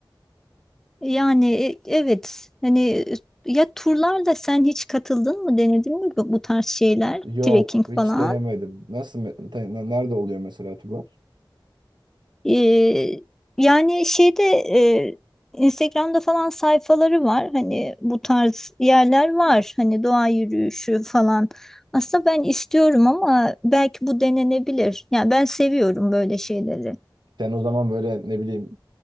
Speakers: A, in the centre; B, on the right (about 65°).
A: yani e- evet hani e, ya turlarla sen hiç katıldın mı denedin mi bu, bu tarz şeyler
B: Yok
A: trekking
B: hiç
A: falan.
B: denemedim. Nasıl me- ta- nerede oluyor mesela turlar?
A: Ee, yani şeyde e, Instagram'da falan sayfaları var hani bu tarz yerler var hani doğa yürüyüşü falan. Aslında ben istiyorum ama belki bu denenebilir. Yani ben seviyorum böyle şeyleri.
B: Sen o zaman böyle ne bileyim